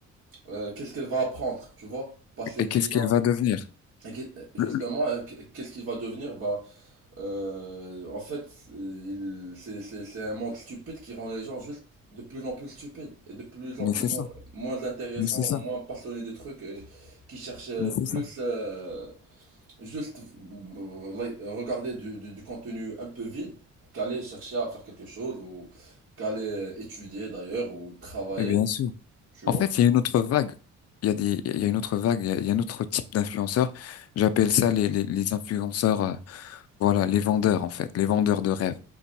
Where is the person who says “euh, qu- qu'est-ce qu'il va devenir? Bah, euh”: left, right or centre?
Right